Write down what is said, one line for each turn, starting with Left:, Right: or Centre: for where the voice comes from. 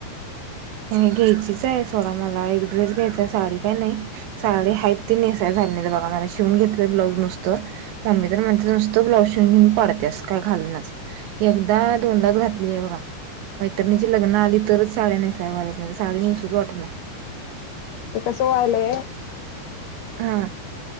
Right: घ्यायचीच आहे सोडा मला. एक ड्रेस घ्यायचा साडी काय नाही- साडी हायेच ती नेसाय झाली नाही बघा मला. शिवून घेतलं ब्लाउज नुसतं- मम्मी तर म्हणते, नुसतं ब्लाउज शिवून घेऊन पाडतेस काय घालनाच. एकदा- दोनदाच घातलीय बघा, नाहीतर म्हणजे लग्न आलं तरच - साड्या नेसाव्या <unintelligible> साडी नेसू च वाटना -
Left: ते कसं व्हायलंय?
Right: हा.